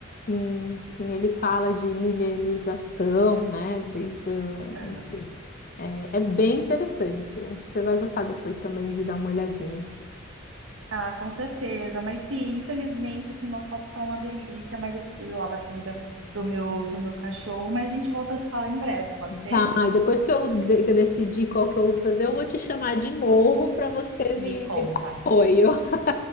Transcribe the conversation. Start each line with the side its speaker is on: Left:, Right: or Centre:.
Left: Sim, sim, ele fala de milenização, né? Desde, o-
Right: Aham.
Left: enfim, é, é bem interessante. Acho que você vai gostar depois também de dar uma olhadinha.
Right: Ah, com certeza. Mas sim, infelizmente, assim, nosso papo tá uma delícia, mas eu preciso ir lá da comida pro meu, pro meu cachorro. Mas a gente volta a se falar em breve, pode
Left: Vai,
Right: ser?
Left: depois que eu, de- que eu decidir qual que eu vou fazer, eu vou te chamar de novo
Right: Você
Left: para você
Right: me
Left: me,
Right: conta.
Left: me dar apoio. <laughs>